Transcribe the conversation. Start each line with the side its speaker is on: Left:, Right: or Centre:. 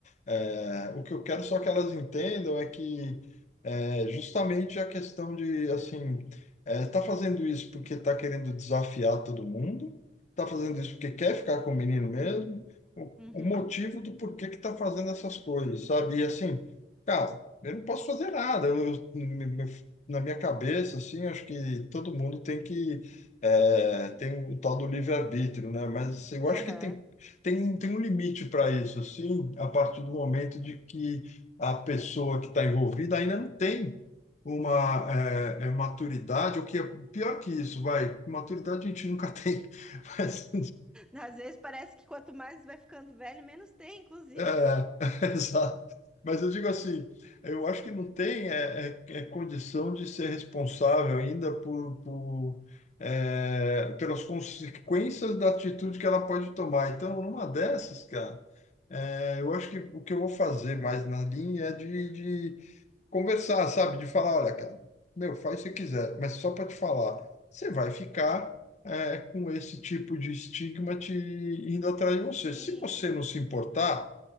Left: é, o que eu quero só que elas entendam é que é, justamente a questão de, assim, é, tá fazendo isso porque tá querendo desafiar todo mundo, tá fazendo isso porque quer ficar com o menino mesmo, o,
Centre: Uhum.
Left: o motivo do porquê que tá fazendo essas coisas, sabe? E assim. Cara, eu não posso fazer nada. Eu, me- me- na minha cabeça, assim, acho que todo mundo tem que é, tem o tal do livre-arbítrio, né? Mas assim, eu
Centre: Aham.
Left: acho que tem, tem, tem um limite para isso, assim, a partir do momento de que a pessoa que está envolvida ainda não tem uma é, é, maturidade, ou que é pior que isso, vai, maturidade a gente nunca tem, <laughs> mas
Centre: Às vezes parece que quanto mais vai ficando velho, menos tem, inclusive.
Left: É, <laughs> exato. Mas eu digo assim, eu acho que não tem é, é, é condição de ser responsável ainda por, por, é, pelas consequências da atitude que ela pode tomar. Então, numa dessas, cara, é, eu acho que o que eu vou fazer mais na linha é de, de conversar, sabe? De falar, olha, cara, meu, faz o que você quiser, mas só para te falar, você vai ficar é, com esse tipo de estigma te indo atrás de você.
Centre: <laughs> Sim,
Left: Se você não se importar